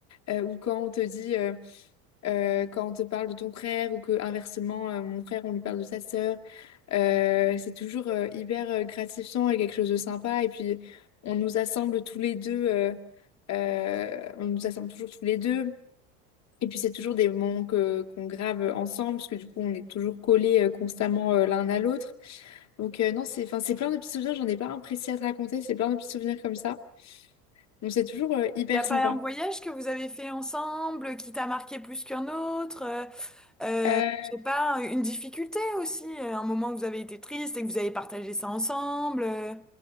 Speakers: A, on the left (about 35°); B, in the centre.
A: euh, ou quand on te dit euh, euh, quand on te parle de ton frère, ou que inversement euh, mon frère on lui parle de sa sœur, Euh, c'est toujours euh, hyper euh, gratifiant et quelque chose de sympa. Et puis on nous assemble tous les deux. euh, euh, on nous assemble toujours tous les deux. Et puis c'est toujours des moments que qu'on grave ensemble, parce que du coup on est toujours collés euh, constamment euh, l'un à l'autre. Donc euh, non, c'est enfin, c'est plein de petits souvenirs, j'en ai pas un précis à te raconter, c'est plein de petits souvenirs comme ça. Donc c'est toujours euh, hyper
B: n'y a pas
A: sympa.
B: un voyage que vous avez fait ensemble qui t'a marqué plus qu'un autre? euh, Euh,
A: Euh,
B: je sais pas, une difficulté aussi, euh, un moment où vous avez été triste et que vous avez partagé ça ensemble. euh.